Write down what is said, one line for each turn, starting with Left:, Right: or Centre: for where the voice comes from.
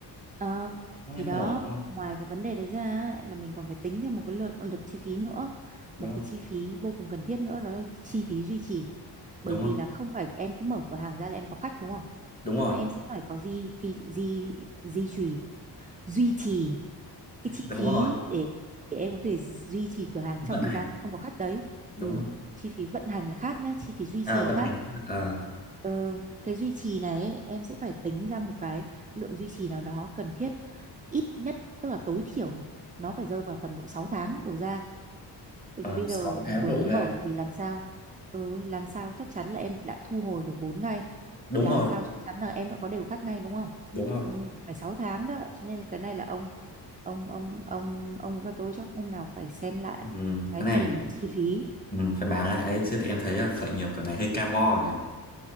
Right: Ờ,
Left: nghe
Right: thì
Left: không
Right: đó
Left: ổn đúng không
Right: ngoài cái vấn đề đấy ra ấy, là mình còn phải tính thêm một cái lượt lượt chi phí nữa
Left: đúng
Right: một
Left: rồi
Right: cái chi phí vô cùng cần thiết nữa đó là chi phí duy trì
Left: đúng
Right: bởi vì
Left: không
Right: là không phải em cứ mở cửa hàng ra là em có khách đúng không
Left: đúng rồi
Right: mà em sẽ phải có gì phí gì duy trì duy trì cái chi
Left: đúng
Right: phí
Left: rồi
Right: để để em có thể duy trì cửa hàng
Left: vận
Right: trong thời
Left: hành
Right: gian không có khách đấy.
Left: đúng
Right: Ừ,
Left: rồi
Right: chi phí vận hành là khác nhá, chi phí duy
Left: à
Right: trì
Left: vận
Right: khác.
Left: hành ờ
Right: Ờ, cái duy trì này ấy, em sẽ phải tính ra một cái lượng duy trì nào đó cần thiết ít nhất tức là tối thiểu nó phải rơi vào tầm độ 6 tháng đổ ra bởi
Left: ờ
Right: vì bây giờ
Left: sáu tháng
Right: vừa
Left: độ
Right: mới mở
Left: ra
Right: thì làm sao ừ, làm sao chắc chắn là em đã thu hồi được vốn ngay
Left: đúng
Right: làm
Left: rồi
Right: sao chắc chắn là em đã có đều khách ngay đúng không
Left: đúng rồi
Right: ừ, phải 6 tháng đó cho nên là cái này là ông ông ông ông ông với các tôi chắc hôm nào phải xem lại
Left: ừ,
Right: cái
Left: cái
Right: phần
Left: này
Right: chi phí
Left: ừ, phải bàn lại ấy chứ thì em thấy là khởi nghiệp cái này hơi cam go nhỉ